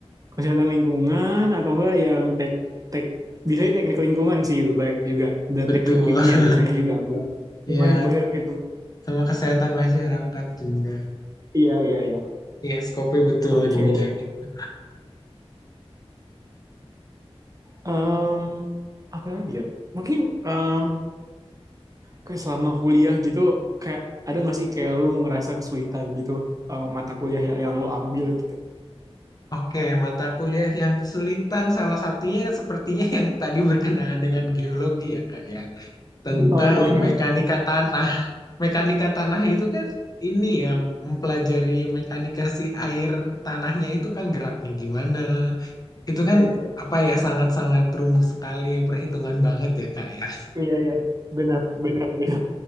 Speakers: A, on the right (about 35°); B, on the left (about 35°).
A: kesehatan lingkungan atau enggak yang tek tek biasanya teknik lingkungan sih lebih baik juga dan
B: Betul.
A: teknik kimia
B: <laughs>
A: biasanya juga agak lumayan
B: Ya,
A: banyak itu
B: sama kesehatan masyarakat juga.
A: iya iya iya
B: Ya, skopnya betul
A: oke
B: di bidang ini.
A: Em, apa lagi ya mungkin em, kayak selama kuliah gitu kayak ada nggak sih kayak lu ngerasa kesulitan gitu eh, mata kuliah yang, yang lu ambil gitu
B: Oke, mata kuliah yang kesulitan salah satunya sepertinya yang tadi berkenaan dengan geologi ya, Kak ya. Tentang
A: oh iya
B: mekanika tanah. mekanika tanah itu kan ini ya mempelajari mekanika si air tanahnya itu kan geraknya gimana. Itu kan
A: iya
B: apa ya sangat-sangat rumit sekali perhitungan banget ya Kak ya.
A: iya, iya. benar benar benar